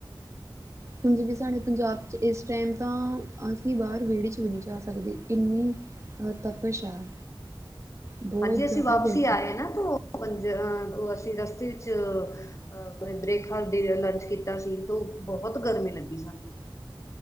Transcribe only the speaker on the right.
ਹੁਣ ਜਿਵੇਂ ਸਾਡੇ ਪੰਜਾਬ ਚ, ਇਸ ਟਾਈਮ ਤਾਂ, ਅਸੀਂ ਬਾਹਰ ਵਿਹੜੇ ਚ ਵੀ, ਨਹੀਂ ਜਾ ਸਕਦੇ ਕਿੰਨੀ ਅ ਤਪਸ਼ਾਹ ਆ।
ਬਹੁਤ
ਜ਼ਿਆਦਾ
ਗਰਮੀ